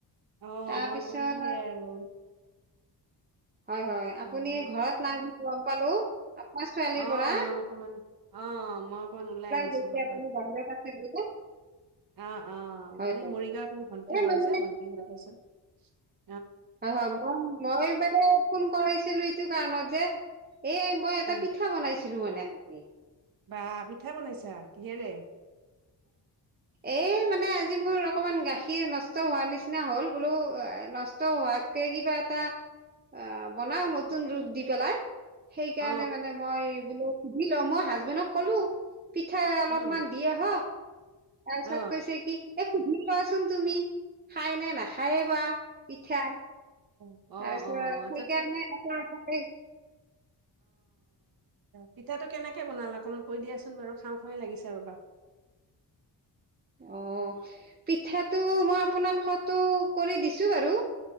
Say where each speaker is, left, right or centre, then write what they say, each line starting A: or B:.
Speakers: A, on the right; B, on the right.
A: অ
B: তাৰপিছত
A: মই কৰিলোয়ে আৰু
B: হয় হয়
A: উম,
B: আপুনি ঘৰত নাই বুলি গম পালো আপোনাৰ ছোৱালীৰ
A: অ
B: পৰা
A: মই অকমান, অ মই অকমান ওলাই আহিছো
B: গৈছে
A: ৰবা।
B: আপুনি বাহিৰত আছে বোলে
A: আহ অ,
B: হয়
A: এই
B: হয়
A: মৰিগাঁৱত মোৰ ভন্টি
B: এই
A: ঘৰ
B: মানে
A: যে, ভন্টি ঘৰত আছোঁ। <unintelligible>
B: হয় হয়, মই মই মানে ফোন কৰিছিলো ইটো কাৰণত যে এই মই এটা
A: উম
B: পিঠা বনাইছো ছিলো মানে <unintelligible>
A: বা পিঠা বনাইছা, কিহেৰে?
B: এ মানে আ যিবোৰ অকমান গাখীৰ নষ্ট ত হোৱাৰ নিচনা হ'ল বোলো আ নষ্ট হোৱাত তে কিবা এটা অঁ, বনাও নতুন ৰূপ দি পেলাই সেইকাৰণে
A: অ
B: মানে মই বোলো ল মই হাজবেনক কলো। পিঠা অলপমান
A: উম
B: দি আহক তাৰপিছত
A: অ
B: কৈছে কি এই সুধি লোৱা চোন তুমি। খায় নে নেখায়ে বা পিঠা
A: <inaudible> অঁ
B: তাৰপিছত
A: আচ্ছা
B: সেইকাৰণে এটা এটাকে
A: পিঠাটো কেনেকে বনালা অকণমান কৈ দিয়াচোন বাৰু? খাওঁ খাওঁ লাগিছে ৰ'বা
B: অ' পিঠাটো মই আপোনাক ফটো কৰি দিছো বাৰু।